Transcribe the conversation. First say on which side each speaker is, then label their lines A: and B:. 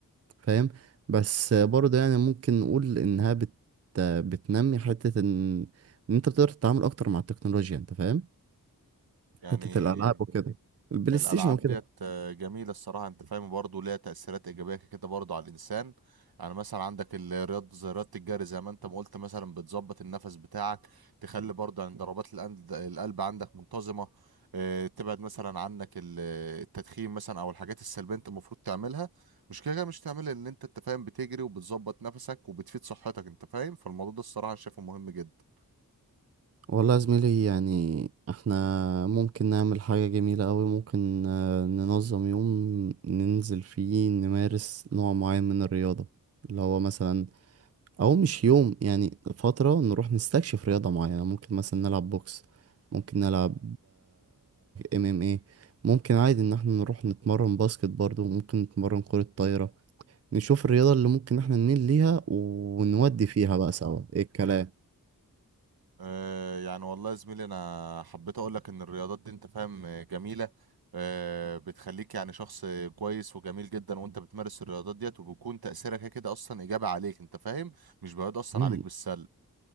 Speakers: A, on the right (about 45°); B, on the right (about 80°).
A: فاهم بس برضه يعني ممكن نقول انها بت... بتنمي حتة ان ان انت بتقدر تتعامل اكتر مع التكنولوجيا انت فاهم
B: يعني
A: حتة الالعاب وكده البلاي
B: الالعاب
A: ستيشن وكده
B: ديت آه، جميله الصراحه انت فاهم برضه ليها تاثيرات ايجابيه كده برضه على الانسان يعني مثلا عندك ال- رياضه زي رياضه الجري زي ما انت ما قلت مثلا بتظبط النفس بتاعك تخلي برضه عند ضربات الأن- القلب عندك منتظمه آه، تبعد مثلا عنك ال- التدخين مثلا او الحاجات السلبيه انت المفروض تعملها مش كده كده مش تعملها ان انت انت فاهم بتجري وبتظبط نفسك وبتفيد صحتك انت فاهم فالموضوع ده الصراحه أنا شايفه مهم جدا
A: والله يا زميلي يعني احنا ممكن نعمل حاجة جميلة قوي ممكن آه، ننظم يوم ننزل فيه نمارس نوع معين من الرياضة اللي هو مثلا او مش يوم يعني فترة نروح نستكشف رياضة معينة ممكن مثلا نلعب بوكس ممكن نلعب ام ام ايه ممكن عادي ان احنا نروح نتمرن باسكت برضو ممكن نتمرن كرة طايرة نشوف الرياضة اللي ممكن احنا نميل ليها ونودي فيها بقى سوا ايه الكلام
B: آه، يعني والله يا زميلي انا حبيت اقول لك ان الرياضات دي انت فاهم آه، جميله آه، بتخليك يعني شخص كويس وجميل جدا وانت بتمارس الرياضات ديت وبيكون تاثيرك كده كده اصلا ايجابي عليك انت فاهم مش بيعود اصلا
A: مم.
B: عليك بالسلب